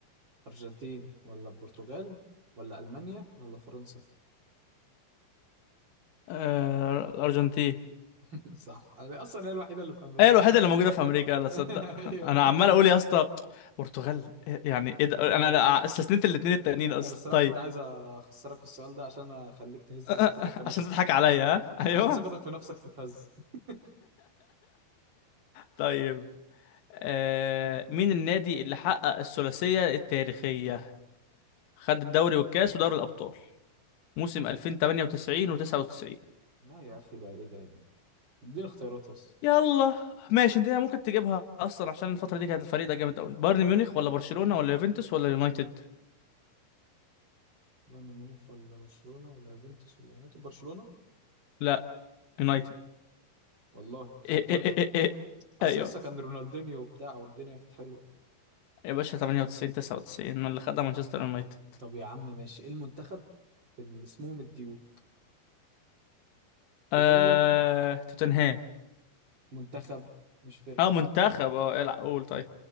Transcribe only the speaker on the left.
آه الارجنتين
هي الوحيده اللي موجوده في امريكا لا
تصدق
انا عمال اقول يا اسطى برتغال إيه- يعني ايه ده انا أنا استثنيت الاثنين التانيين اصلا
طيب
<laughs>
عشان تضحك عليا ها ايوه
طيب آه... مين النادي اللي حقق الثلاثيه التاريخيه خد الدوري والكاس ودوري الابطال موسم 2098 و99
يلا ماشي انت ممكن تجيبها اصلا عشان الفتره دي كانت الفريق ده جامد قوي بايرن ميونخ ولا برشلونه ولا يوفنتوس ولا يونايتد
لا يونايتد
إيه
إيه إيه إيه. إيه.
ايوه
يا باشا 98 99 اللي خدها مانشستر يونايتد
آه...
توتنهام
اه منتخب اه العب قول طيب